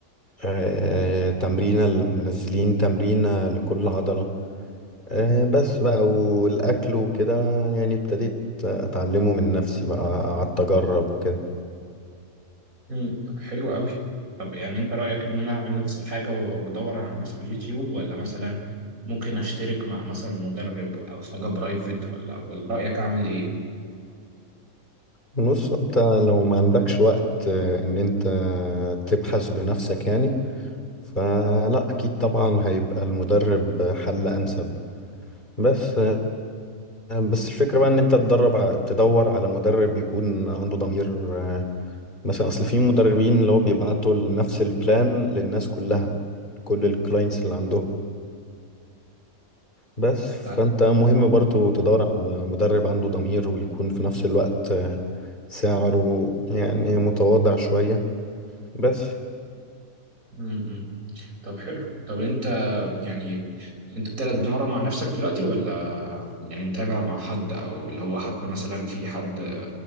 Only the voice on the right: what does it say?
امم طب حلو قوي طب يعني انت رايك ان انا اعمل نفس الحاجه وادور على ناس على اليوتيوب ولا مثلا ممكن اشترك مع مثلا مدرب او حاجه برايفت ولا ولا رايك اعمل ايه
ف...
امم طب حلو طب انت يعني انت بتلعب تتمرن مع نفسك دلوقتي ولا يعني متابع مع حد او اللي هو حتى مثلا في حد